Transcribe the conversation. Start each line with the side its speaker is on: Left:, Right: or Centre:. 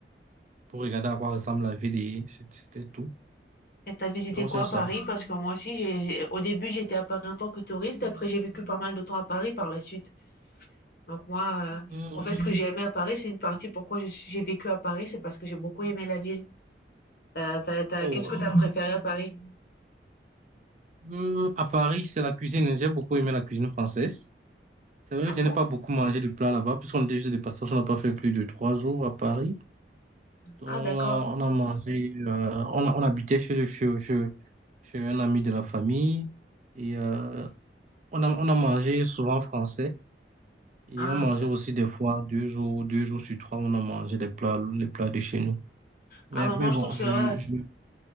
Right: pour regarder à quoi ressemble la ville et c'est- c'était tout.
Left: Et t'as visité
Right: Donc,
Left: quoi
Right: c'est
Left: à
Right: ça.
Left: Paris? Parce que moi aussi, j'ai, j'ai- au début, j'étais à Paris en tant que touriste, après j'ai vécu pas mal de temps à Paris par la suite. Donc moi, euh,
Right: Hum,
Left: en fait, ce que j'ai aimé à Paris, c'est une partie pourquoi je suis- j'ai vécu à Paris, c'est parce que j'ai beaucoup aimé la ville. T'as- t'as- t'as-
Right: oh,
Left: qu'est-ce que t'as préféré à Paris?
Right: hum, à Paris, c'est la cuisine. J'ai beaucoup aimé la cuisine française. C'est vrai
Left: Ah
Right: que je
Left: bon?
Right: n'ai pas beaucoup mangé de plats là-bas, puisqu'on était juste des passages, on n'a pas fait plus de trois jours à Paris. Donc,
Left: Ah
Right: on
Left: d'accord.
Right: a, on a mangé, euh, on, a- on habitait chez, le- chez, chez- chez un ami de la famille et euh, on a, on a mangé souvent français. Et
Left: Ah,
Right: on mangeait
Left: ça-
Right: aussi des fois, deux jours, deux jours sur trois, on a mangé des plats, les plats de chez nous.
Left: ah
Right: Mais,
Left: bah
Right: mais
Left: moi je
Right: bon,
Left: trouve que c'est
Right: je,
Left: vrai.
Right: je,